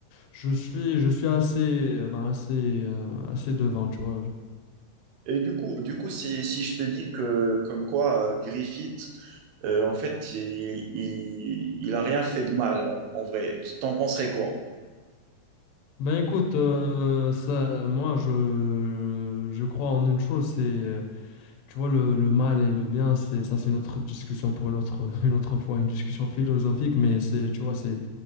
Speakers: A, on the left; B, on the right.
A: je suis, je suis assez, euh, ben, assez, euh, assez devant, tu vois.
B: Et du coup, du coup, si, si je te dis que, comme quoi, euh, Griffith, euh, en fait, il, il, il a rien fait de mal, en, en vrai, t'en penserais quoi?
A: Ben écoute, euh, ça, moi, je, je crois en une chose, c'est euh, Tu vois, le, le mal et le bien, c'est ça, c'est une autre discussion pour une autre, <laughs> une autre fois, une discussion philosophique, mais c'est, tu vois, c'est